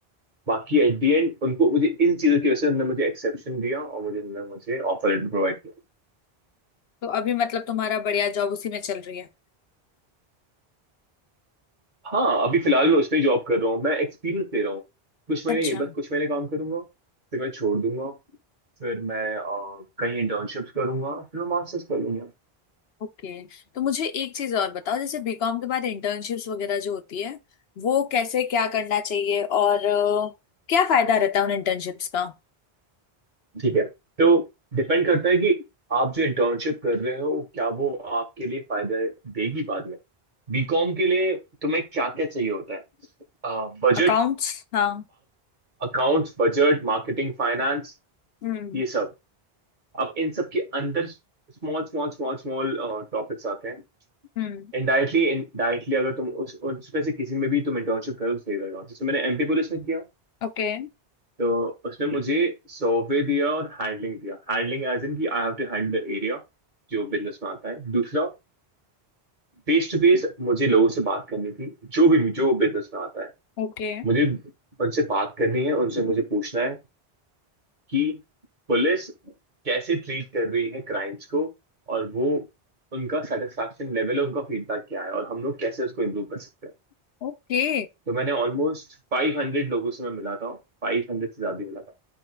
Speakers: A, on the right; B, on the left.
A: बाकी एट दी एंड उनको मुझे इन चीजों की वजह से उन्होंने मुझे एक्सेप्शन दिया और मुझे उन्होंने मुझे ऑफर लेटर प्रोवाइड किया
B: तो अभी मतलब तुम्हारा बढ़िया जॉब उसी में चल रही है
A: हाँ अभी फिलहाल मैं उसमें ही जॉब कर रहा हूँ मैं एक्सपीरियंस ले रहा हूँ कुछ महीने
B: अच्छा
A: ये बस कुछ महीने काम करूंगा फिर मैं छोड़ दूंगा फिर मैं अ, कहीं इंटर्नशिप्स करूंगा फिर मैं मास्टर्स कर लूंगा
B: ओके तो मुझे एक चीज और बताओ जैसे बीकॉम के बाद इंटर्नशिप्स वगैरह जो होती है वो कैसे क्या करना चाहिए और अ, क्या फायदा रहता है उन इंटर्नशिप्स का
A: ठीक है तो डिपेंड करता है कि आप जो इंटर्नशिप कर रहे हो क्या वो आपके लिए फायदा देगी बाद में बीकॉम के लिए तुम्हें क्या क्या चाहिए होता है Budget
B: अकाउंट्स हाँ
A: accounts budget marketing finance
B: हम्म
A: ये सब अब इन सब के अंदर स्मॉल स्मॉल स्मॉल स्मॉल टॉपिक्स आते हैं
B: हम्म
A: इनडायरेक्टली इनडायरेक्टली अगर तुम उस उसमें से किसी में भी तुम इंटर्नशिप करो तो सही रहेगा जैसे मैंने एमपी पुलिस में किया
B: ओके
A: तो उसमें मुझे सर्वे दिया और हैंडलिंग दिया हैंडलिंग एज इन कि I have to handle the area जो बिजनेस में आता है दूसरा फेस टू फेस मुझे लोगों से बात करनी थी जो भी जो बिजनेस में आता है
B: ओके
A: मुझे उनसे बात करनी है उनसे मुझे पूछना है कि पुलिस कैसे ट्रीट कर रही है क्राइम्स को और वो उनका सेटिस्फैक्शन लेवल उनका फीडबैक क्या है और हम लोग कैसे उसको इम्प्रूव कर सकते हैं
B: ओके
A: तो मैंने ऑलमोस्ट फाइव हंड्रेड लोगों से मैं मिला था फाइव हंड्रेड से ज़्यादा ही मिला था